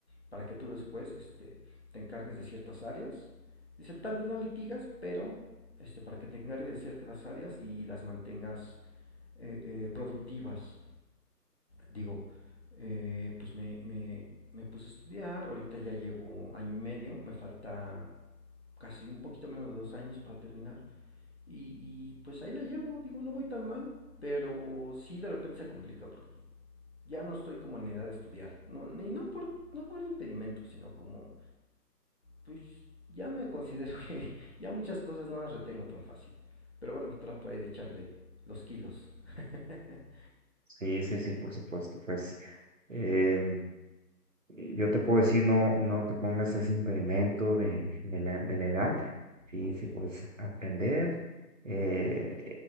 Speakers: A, on the left; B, on the right.
A: para que tú después este, te encargues de ciertas áreas. Dice, tal vez no litigas, pero este, para que te encargues de ciertas áreas y las mantengas eh, eh, productivas. Digo, eh, pues me, me, me puse a estudiar, ahorita ya llevo año y medio, me falta casi un poquito menos de dos años para terminar. Y, y pues ahí la llevo, digo, no voy tan mal, pero sí de repente se complica, porque ya no estoy como en edad de estudiar, no, y no, por, no como un impedimento, sino como, pues ya me considero <laughs> que ya muchas cosas no las retengo tan fácil, pero bueno, trato ahí de echarle los kilos. <laughs>
B: Sí, sí, sí, por supuesto. Pues em, eh, yo te puedo decir, no, no te pongas ese impedimento de, de la, de la edad. Sí,
A: ok,
B: sí, puedes aprender. eh,